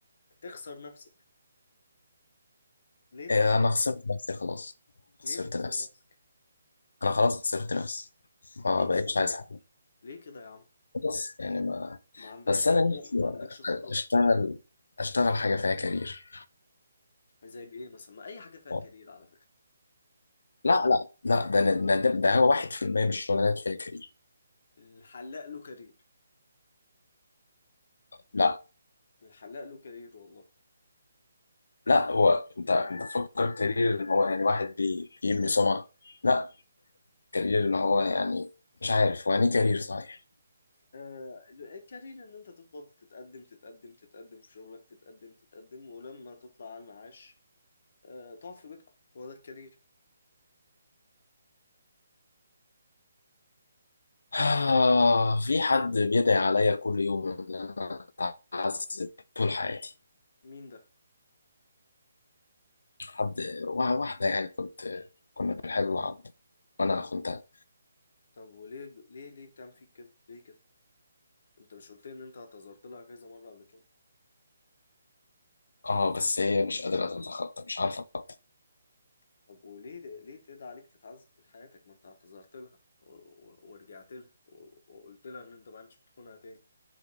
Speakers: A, on the left; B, on the left.
A: تخسر نفسك ليه تخسر
B: آه، انا خسرت نفسي خلاص
A: ليه
B: خسرت
A: تخسر
B: نفسي
A: نفسك
B: انا خلاص خسرت نفسي ما
A: ليه
B: بقتش
A: كده
B: عايز حاجه
A: ليه كده يا عم
B: خلاص يعني ما
A: ما عندكش
B: بس
A: طموح
B: انا نفسي
A: ما
B: آه،
A: عندكش خطط
B: اشتغل اشتغل حاجه فيها كارير
A: زي ايه مثلا ما اي حاجه فيها
B: آه.
A: كارير على فكره
B: لا لا لا ده ده, ده ده هو 1% من الشغلانات فيها كارير
A: الحلاق له كارير
B: لا
A: الحلاق له كارير والله
B: لا هو انت انت فكر كارير ان هو يعني واحد بي- بيبني سمعه لا كارير اللي هو يعني مش عارف هو يعني إيه كارير صحيح
A: آه، الكارير ان انت تفضل تتقدم تتقدم تتقدم في شغلك تتقدم تتقدم ولما تطلع على المعاش آه، تقعد في بيتكم هو ده الكارير
B: آه في حد بيدعي عليا كل يوم إن أنا أتعذب طول حياتي
A: مين ده
B: حد وا- واحدة يعني كنت كنا بنحب بعض وأنا خنتها
A: طب وليه ليه ليه بتعمل فيك كده ليه كده انت مش قلت لي ان انت اعتذرت لها كذا مرة قبل كده
B: آه بس هي مش قادرة تتخطى مش عارفة أتخطى
A: طب وليه ليه تدعي عليك تتعذب طول حياتك ما انت اعتذرت لها و- و- ورجعت لها و- وقلت لها ان انت ما عندكش بتخونها تاني